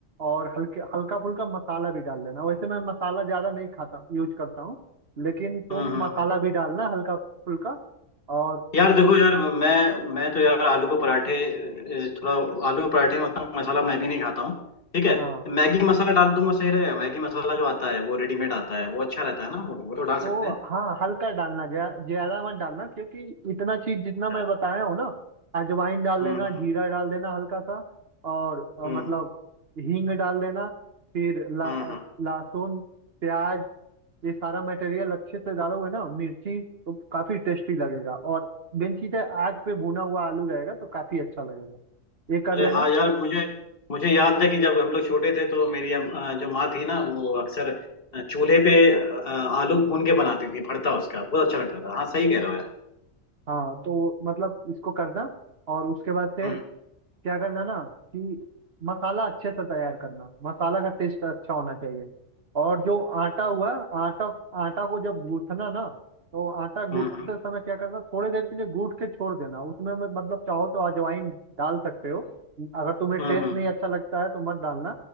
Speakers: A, on the right; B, on the left.
A: और हल्के हल्का फुल्का मसाला भी डाल देना वैसे मैं मसाला ज़्यादा नहीं खाता यूज करता हूँ लेकिन तुम
B: हम्म हम्म
A: मसाला
B: हम्म
A: भी डालना हल्का फुल्का और
B: यार देखो यार मैं मैं तो यार आलू के पराठे ए, थोड़ा आलू के पराठे में उतना मसाला मैं भी नहीं खाता हूँ ठीक है
A: हाँ
B: मैगी मसाला डाल दूंगा सही रहेगा मैगी मसाला जो आता है वो रेडीमेड आता है वो अच्छा रहता है ना वो वो तो डाल सकते
A: तो
B: हैं
A: हाँ हल्का डालना ज्या- ज़्यादा मत डालना क्योंकि इतना चीज़ जितना मैं
B: अच्छा।
A: बताया हूँ ना अजवाइन डाल
B: हम्म
A: देना
B: हम्म
A: जीरा डाल देना हल्का सा और अ,
B: हम्म
A: मतलब
B: हम्म
A: हींग डाल देना फिर ला,
B: हम्म,
A: अ,
B: हम्म।
A: लहसुन प्याज ये सारा मटेरियल अच्छे से डाला हुआ है ना मिर्ची तो काफी टेस्टी लगेगा और मेन चीज है आग पे भुना हुआ आलू रहेगा तो काफी अच्छा लगेगा ये कर
B: अरे
A: लेना
B: हाँ यार मुझे मुझे याद है कि जब हम लोग छोटे थे तो मेरी अम- अ, जो माँ थी ना वो अक्सर अ, चूल्हे पे अ, आलू भून के बनाती थी भरता उसका बहुत अच्छा लगता था हाँ सही कह रहे हो यार
A: हाँ तो मतलब इसको करना और उसके बाद से
B: हम्म
A: क्या करना ना कि मसाला अच्छे से तैयार करना मसाला का टेस्ट अच्छा होना चाहिए और जो आटा हुआ आटा आटा को जब गूंथना ना तो आटा गूंथते
B: हम्म हम्म
A: समय क्या करना थोड़ी देर के लिए गूंथ के छोड़ देना उसमें में मतलब चाहो तो अजवाइन डाल सकते हो अगर तुम्हें
B: हम्म
A: टेस्ट
B: हम्म,
A: नहीं अच्छा लगता है तो मत डालना